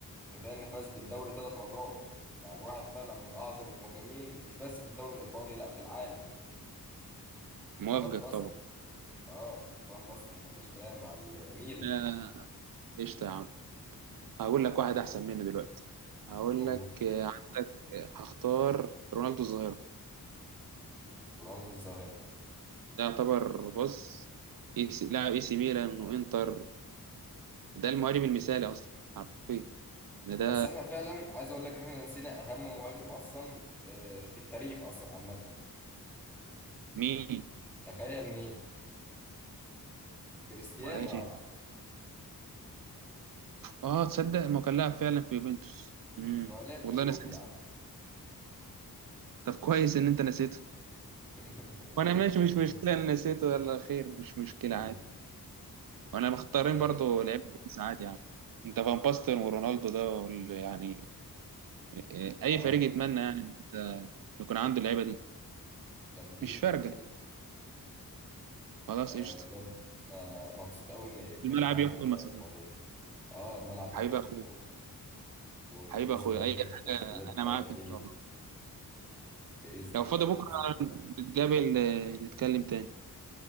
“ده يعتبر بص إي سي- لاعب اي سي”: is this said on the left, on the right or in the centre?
Right